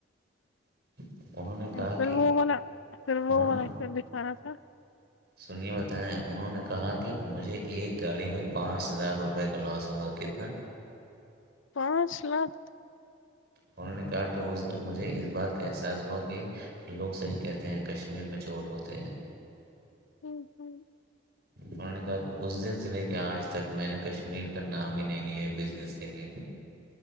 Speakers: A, on the right; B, on the left.
A: <inaudible> نے کہا
B: پھر
A: کہ
B: وہ والا
A: انہوں
B: وہ والا
A: نے
B: دکھا رہا تھا
A: سنیے بتائیں انہوں نے کہا کہ مجھے ایک گاڑی میں پانچ لاکھ روپئے کا لاس ہوا کتنا
B: پانچ لاکھ
A: انہوں نے کہا کہ اس دن مجھے اس بات کا احساس ہوا کہ لوگ صحیح کہتے ہیں کشمیر میں چور ہوتے ہیں
B: <inaudible>
A: انہوں نے کہا کہ اس دن سے لے کے آج تک میں نے کشمیر کا نام ہی نہیں لیا ہے بزنس کے لیے